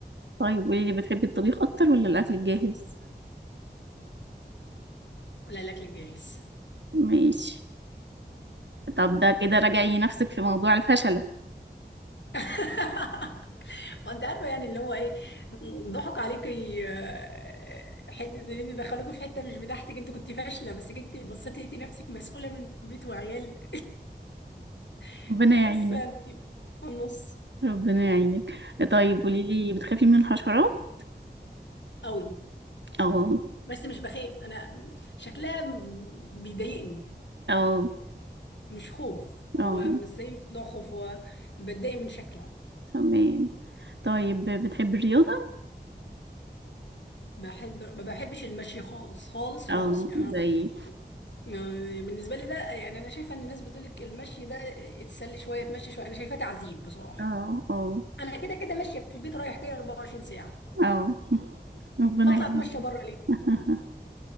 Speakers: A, on the right; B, on the left.
A: طيب قولي لي بتحبي الطبيخ اكتر ولا الاكل الجاهز
B: على الأكل الجاهز
A: ماشي طب ده كده راجعي نفسك في موضوع الفشلة
B: <laughs> ما انت عارفه يعني اللي هو ايه ضحك عليكي آه، حته ان انت دخلوكي في حته مش بتاعتك انت كنت فاشله بس جيتي بصيتي لقيتي نفسك مسؤوله من بيت وعيال <laughs>
A: ربنا
B: فلسه
A: يعينك
B: انت في النص
A: <laughs> ربنا يعينك طيب
B: اه
A: قولي لي بتخافي من الحشرات
B: قوي
A: اه
B: بس مش بخاف انا شكلها بيضايقني
A: اه
B: مش خوف هو
A: اه
B: مش زي بتوع خوف هو بتضايق من شكلها
A: تمام طيب بتحبي الرياضة
B: بحب ما بحبش المشي خالص خالص خالص
A: اه
B: يعني أنا
A: زي
B: ما- بالنسبة لي ده يعني أنا شايفة إن الناس بتقولك المشي ده اتسلي شوية تمشي شوية أنا شايفاه تعذيب بصراحة
A: اه اه
B: أنا كده كده ماشية في البيت رايح جاي 24 ساعة
A: اه <laughs> ربنا
B: فأطلع
A: يعينك
B: أتمشى بره ليه؟
A: <laughs>